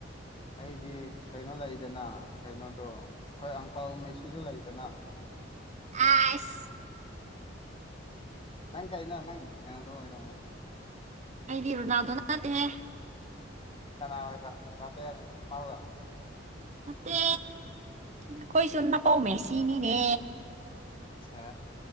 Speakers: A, on the left; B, on the right.
A: ꯑꯩꯗꯤ ꯀꯩꯅꯣ ꯂꯩꯗꯅ ꯀꯩꯅꯣꯗꯣ ꯑꯩꯈꯣꯏ ꯑꯪꯀꯜ ꯃꯦꯁꯤꯗꯣ ꯂꯩꯗꯅ <inaudible>
B: ꯑꯁ
A: ꯅꯪ ꯀꯩꯅꯣ ꯅꯪ ꯔꯣꯅꯥꯜꯗꯣ ꯑꯣꯏꯔꯝꯒꯅꯤ
B: ꯑꯩꯗꯤ ꯔꯣꯅꯥꯗꯣ ꯅ ꯅꯠꯇꯍꯦ
A: ꯀꯅꯥ ꯑꯣꯏꯕ ꯕꯄꯦ ꯔꯣ ꯌꯥꯝꯃꯜ ꯂꯣ
B: ꯅꯠꯇꯦ ꯑꯈꯣꯏꯁꯨ ꯅꯥꯄꯧ ꯃꯦꯁꯤꯅꯤꯅꯦ
A: ꯍ